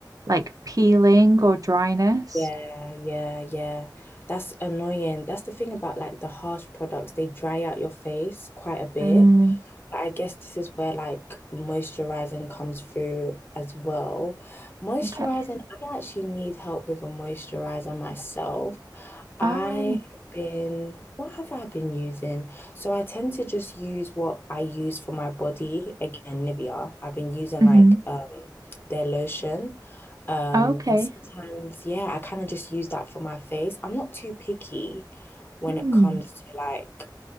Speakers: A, on the right (about 50°); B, on the left (about 30°).
A: like peeling or dryness.
B: yeah, yeah, yeah. That's annoying. That's the thing about like the harsh products, they dry out your face quite a bit.
A: Mm,
B: I guess this is where like moisturizing comes through as well. Moisturizing,
A: okay.
B: I actually need help with a moisturizer myself. I
A: Oh,
B: have been, what have I been using? So I tend to just use what I use for my body. Again, Nivea. I've been using
A: hmm
B: like um their lotion. Um,
A: Okay.
B: and sometimes, yeah, I kind of just use that for my face. I'm not too picky when
A: Mm.
B: it comes to like